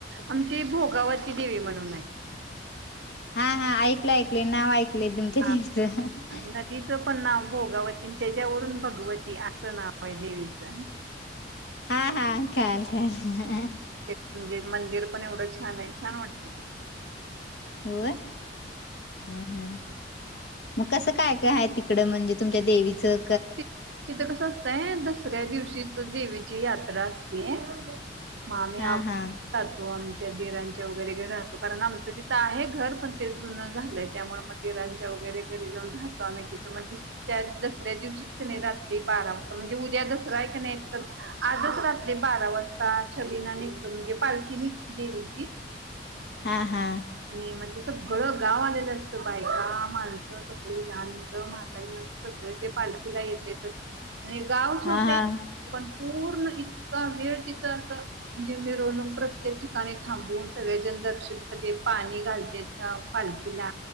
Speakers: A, on the right; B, on the left.
A: आमची भोगावती देवी म्हणून आहे
B: हा हा ऐकलं ऐकले नाव एंक ल तुमच देवीच
A: हा नदीचं पण नाव भोगावती त्याच्यावरून भगवती असं नाव आहे देवीच.
B: हा हा कळाल कळाल
A: ते <inaudible> मंदिर पण एवढं छान आहे, छान वाटत की
B: होय हम्म हम्म. मग कसं काय काय आहे, तिकडं म्हणजे तुमच्या देवीचं?
A: तिथं कसं असतंय दसऱ्या दिवशीच देवीची यात्रा असते. मग आम्ही
B: हा
A: आधीच
B: हा
A: जातो आमची दिरांच्या वगैरे घर राहतो कारण आमचं तिथं आहे घर पण ते जुनं झालंय त्यामुळे मग दिरांच्या वगैरे घरी जाऊन राहातो, आम्ही तिथं मग त्या दसऱ्या दिवशी नाही रात्री बारा वाजता म्हणजे उद्या दसरा आहे कणी तर आजच रात्री बारा वाजता, छबिना निघत म्हणजे पालखी निघती देवीची.
B: हा हा.
A: आणि म्हणजे सगळं गाव आलेलं असतं, बायका, माणसं, सगळी लहान मुलं, म्हातारी सगळे ते पालखीला येत्यात. आणि गाव
B: हा
A: छोटे
B: हा
A: पण पूर्ण इतका वेळ तिथं असं म्हणजे मिरवणूक प्रत्येक ठिकाणी थांबून सगळे जण दर्शन स पाणी घालते पालखीला.